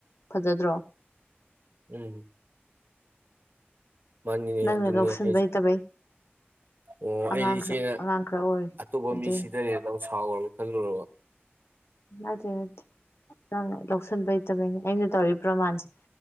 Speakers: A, on the left (about 85°); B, on the right (about 50°).
A: ꯐꯖꯗ꯭ꯔꯣ꯫
B: ꯎꯝ ꯃꯥꯅꯤꯅꯦ
A: ꯅꯪꯅ
B: ꯑꯗꯨꯅꯦ
A: ꯂꯧꯁꯤꯟꯕ
B: ꯍꯥꯏꯁꯦ
A: ꯍꯩꯇꯕꯩ
B: ꯑꯣ
A: ꯑꯉꯥꯡ
B: ꯑꯩꯗꯤ ꯏꯆꯦꯅ
A: ꯈꯔ ꯑꯉꯥꯡ ꯈꯔ ꯑꯣꯏꯔꯤ
B: ꯑꯇꯣꯞꯄ
A: ꯑꯗꯨꯏꯅꯤ
B: ꯃꯤ ꯁꯤꯗꯔꯦꯕ ꯁꯥꯎꯔꯕꫭ ꯈꯜꯂꯨꯔꯕꫭ꯫
A: ꯑꯗꯨ ꯅꯠꯇꯦ ꯅꯪ ꯂꯧꯁꯤꯟꯕ ꯍꯩꯇꯕꯩꯅꯦ ꯑꯩꯅ ꯇꯧꯔꯤꯕ ꯄ꯭ꯔꯣꯃꯥꯟꯁꯦ꯫